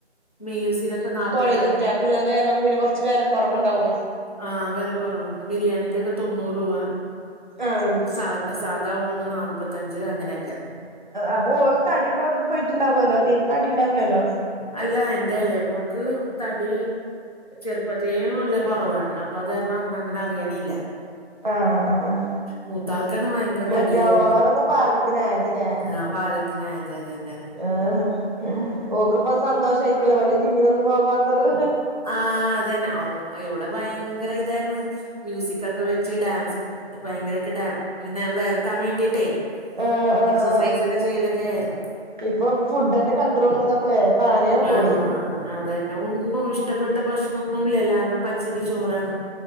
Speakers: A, on the left; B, on the right.
A: മീൽസിനൊക്കെ നാപത്തി
B: കുട്ടിയോൾക്ക് ഉള്ളതായതുകൊണ്ട് പിന്ന കൊറച്ച് വെല കൊറവ്ണ്ടാവും
A: ആഹ് വില കുറവാണ് ബിരിയാണിിക്കൊക്കെ തൊണ്ണൂറ് രൂപ
B: ആഹ്
A: സാ സാധാ ഊണ് നാല്പത്തഞ്ച് അങ്ങനെയൊക്കെ
B: അപ്പ ഓള് തടിയൊക്കെ പോയിട്ടുണ്ടാവുല്ലോ തീരെ തടി ഉണ്ടാവില്ലല്ലോ
A: അല്ല എൻന്റെ ഇളെമോൾക്ക് തടി ചെറുപ്പത്തെയും ഉള്ള കുറവാണ് അപ്പൊ അത് കാരണം അന്ന അങ്ങനെ അറിയണല്ല
B: ആഹ് ആഹ്
A: മൂത്താൾക്കാണ് ഭയങ്കര
B: മറ്റേ
A: തടിയായിരുന്നു
B: ഓളാണ് ഇപ്പോ പാകത്തിനായതല്ലേ
A: ആഹ് പാകത്തിന് അയതതെന്നെ അഹ്
B: ആഹ് ഓക്ക് ഇപ്പ സന്തോഷയിക്കോല്ലോ മറ്റേ ജിമ്മിനൊന്നും പോവാത്തൊരു
A: ആഹ് അതന്നെ ഇവിടെ ഭയങ്കര ഇതായിരുന്നു മ്യൂസിക്ക ഒക്കെ വെച്ച് ഡാൻസും ഭയങ്കരൊക്കെ ഡ പിന്നെ വേർക്കാൻ വേണ്ടിട്ടേ
B: ആഹ് ആഹ്
A: എക്സസൈസ് ഒക്കെ ചെയ്യലൊക്കെ ആരുന്നു
B: അപ്പൊ ഫുഡ് തന്നെ കണ്ടട്രോൾ ചെയ്തപ്പോളെത് താനെയങ്ങ്
A: ആഹ്
B: പോയി
A: അതന്നെ ഒന്നും ഇഷ്ടപ്പെട്ട ഭക്ഷണ ഒന്നും ഇല്ലല്ല എന്ന പച്ചരി ചോറാണ്